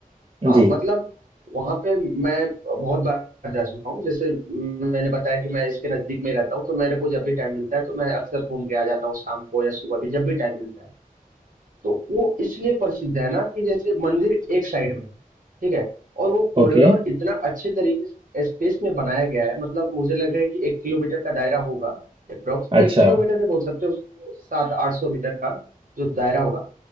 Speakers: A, on the right; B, on the right.
A: हाँ
B: जी
A: मतलब वहां पे मैं बहुत बार जा चुका हूँ जैसे मैंने बताया कि मैं इसके नजदीक में ही रहता हूँ तो मेरे को जब भी टाइम मिलता है तो मैं अक्सर घूम के आ जाता हूँ शाम को या सुबह भी जब भी टाइम मिलता है तो वो इसलिए प्रसिद्ध है ना कि जैसे मंदिर एक साइड में है, ठीक है? और वो कॉरिडोर
B: ओके
A: इतना अच्छे तरीके से स्पेस में बनाया गया है मतलब मुझे लग रहा है कि एक किलोमीटर का दायरा होगा अप्रोक्स
B: अच्छा
A: एक किलोमीटर में बोल सकते हो उसको सात आठ सौ मीटर का जो दायरा होगा